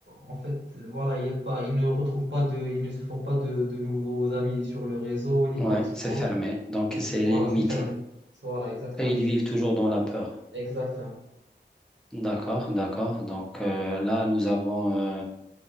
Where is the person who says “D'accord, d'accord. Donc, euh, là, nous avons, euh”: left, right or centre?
Centre